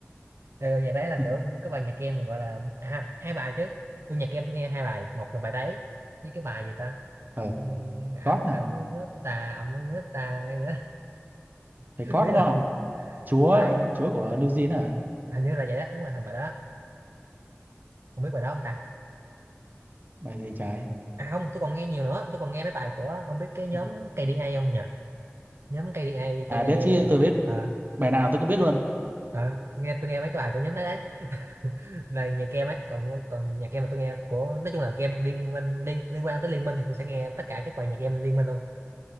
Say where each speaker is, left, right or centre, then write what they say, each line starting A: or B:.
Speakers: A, on the right; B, on the right.
A: ừ, nhạc đấy là
B: <laughs>
A: kiểu cái bài nhạc em mà gọi là à hai bài chứ tôi nhạc em tôi nghe hai bài một là bài đấy với cái bài gì ta
B: ờ
A: Ừ, âm
B: God hả
A: âm nước ta ông nước ta hay gì đó.
B: phải
A: <laughs>
B: God
A: biết
B: đúng không
A: không
B: chúa
A: bài
B: chúa của New Zealand hả
A: hình như là vậy đó đúng rồi hình bài đó không biết bài đó không ta
B: bài gì trái
A: À không, tôi còn nghe nhiều nữa, tôi còn nghe mấy bài của ông biết cái nhóm
B: Ừ.
A: KDA không nhỉ? Nhóm KDA,
B: à
A: KDA
B: biết chứ tôi biết
A: à,
B: bài nào tôi cũng biết luôn
A: à, nghe tôi nghe mấy cái bài của nhóm đấy đấy <laughs> là nhạc kem ấy, còn còn nhạc kem mà tôi nghe của nói chung là game liên minh liên, liên quan tới liên minh thì tôi sẽ nghe tất cả các bài nhạc game liên minh luôn.